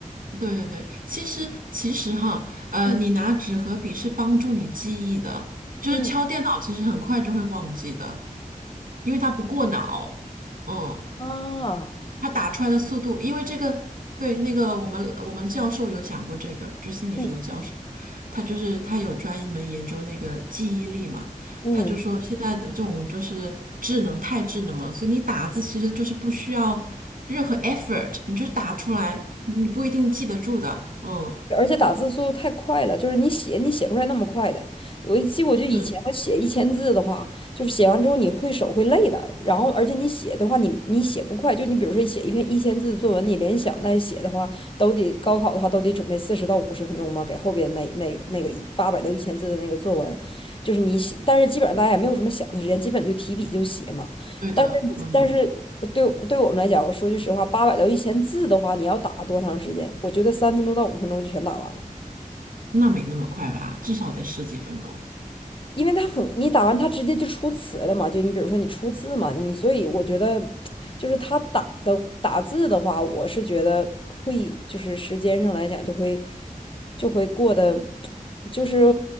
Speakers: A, on the right; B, on the left.
A: 对对对，其实其实哈，呃，
B: 嗯
A: 你拿纸和笔是帮助你记忆的，就是敲电脑其实很快就会忘记的，
B: 嗯
A: 因为它不过脑。嗯。
B: 啊，
A: 它打出来的速度，因为这个，对，那个我们我们教授有讲过这个，就心理学的教授，
B: 嗯
A: 他就是他有专门研究那个记忆力嘛，
B: 嗯。
A: 他就说现在的这种就是智能太智能了，所以你打字其实就是不需要任何 effort，你就是打出来，你不一定记得住的，嗯，
B: 而且打字速度太快了，就是你写你写不出来那么快的。我记我就以前我写一千字的话，
A: 是
B: 就是写完之后你会手会累的，然后而且你写的话你你写不快，就你比如说写一篇一千字的作文，你联想带写的话，都得高考的话都得准备四十到五十分钟嘛，给后边那那个那个八百到一千字的那个作文，就是你写，但是基本上大家也没有什么想的时间，基本就提笔就写嘛。
A: 对的，
B: 但是你但是对对我们来讲，
A: 嗯，
B: 我说句实话，八百到一千字的话，你要打多长时间？我觉得三分钟到五分钟就全打完了，
A: 那没那么快吧，至少得十几分钟，
B: 因为它很，你打完它直接就出词了嘛，就你比如说你出字嘛，你所以我觉得就是他打的打字的话，我是觉得会就是时间上来讲就会就会过得就是